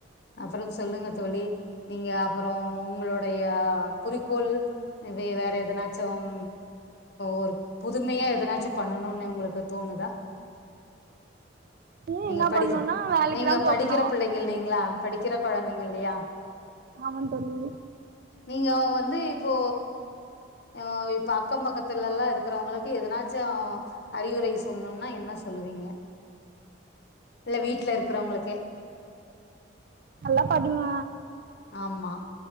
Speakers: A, on the left (about 55°); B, on the right (about 45°).
A: அப்பறம் சொல்லுங்க தோழி நீங்க அப்புறம் உங்களுடைய குறிக்கோள் வேற எதனாச்சும் ஒரு புதுமையா எதனாச்சும் பண்ணணுனு உங்களுக்கு தோணுதா
B: ஏ
A: நீங்க
B: என்ன
A: படிக்க
B: பண்ணுனா வேலைக்கு
A: நீங்க
B: தா போகணு
A: படிக்கிற பிள்ளைங்க இல்லலைங்ளா படிக்கிற கொழந்தைங்க இல்லையா
B: ஆமா தோழி
A: நீங்க வந்து இப்போ ஆஹ் இப்ப அக்கம் பக்கத்துலலா இருக்கிறவங்களுக்கு எதனாச்சும் அறிவுரை சொல்லணும்னா என்ன சொல்லுவீங்க இல்ல வீட்ல இருக்கிறவங்களுக்கே
B: நல்லா படிங்க
A: ஆமா